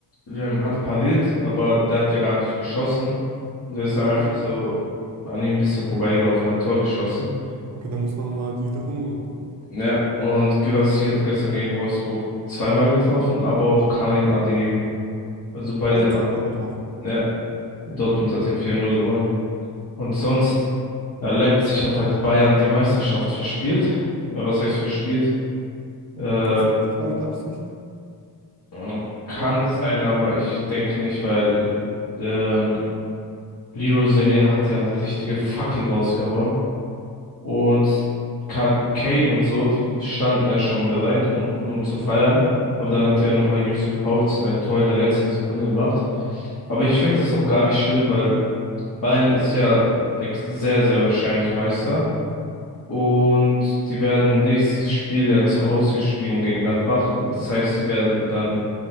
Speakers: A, on the left; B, on the right.
A: ähm, hat pariert, aber der hat ja gar nicht geschossen. Und der ist dann einfach
B: Ja.
A: so an ihm ein bisschen vorbeigelaufen, hat Tor geschossen.
B: Okay, dann muss man mal die Wiederholung angucken.
A: Ja, und Guirassy hat gestern gegen Wolfsburg zweimal getroffen, aber auch Karim Adeyemi. Also beide
B: Auch
A: haben,
B: zweimal getroffen.
A: ja, Dortmund hat ja vier null gewonnen. Und sonst, ja, Leipzig hat halt Bayern die Meisterschaft verspielt. Äh, was heißt verspielt? Äh,
B: Glaubst du nicht, das war mit Absicht
A: äh, kann
B: von Bayern?
A: sein, aber ich denke nicht, weil ähm, Leroy Sané hat ja eine richtige Fackel rausgehauen. Und Ka- Kane und so, die standen ja schon bereit, unten, um zu feiern. Aber dann hat ja nochmal Yusuf Poulsen ein Tor in der letzten Sekunde gemacht. Aber ich finde es auch gar nicht schlimm, weil Bayern ist ja ex- sehr, sehr wahrscheinlich Meister. Und die werden nächstes Spiel ja zu Hause spielen gegen Gladbach. Das heißt, sie werden dann